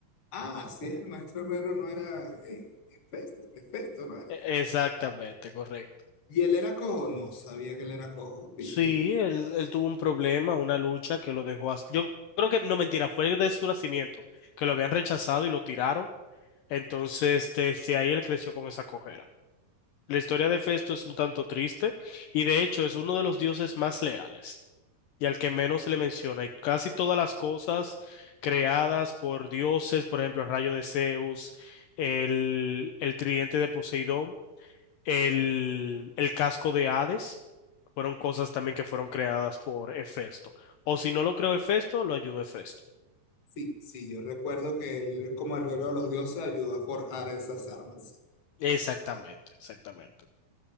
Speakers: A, on the left; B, on the left.
A: Ah, sí, el maestro Herrero no era eh, Hefesto, Hefesto no era.
B: E- Exactamente, correcto.
A: ¿Y él era cojo? No, sabía que él era cojo, ¿viste?
B: Sí, él, él tuvo un problema, una lucha que lo dejó as- Yo creo que, no mentira, fue de su nacimiento, que lo habían rechazado y lo tiraron. Entonces, desde ahí él creció con esa cojera. La historia de Festo es un tanto triste y de hecho es uno de los dioses más leales y al que menos se le menciona. Y casi todas las cosas creadas por dioses, por ejemplo, el rayo de Zeus, el, el tridente de Poseidón el, el casco de Hades fueron cosas también que fueron creadas por Hefesto. O si no lo creó Hefesto, lo ayudó Hefesto.
A: Sí, sí, yo recuerdo que él, como Herrero de los Dioses, ayudó a forjar esas armas.
B: Exactamente, exactamente.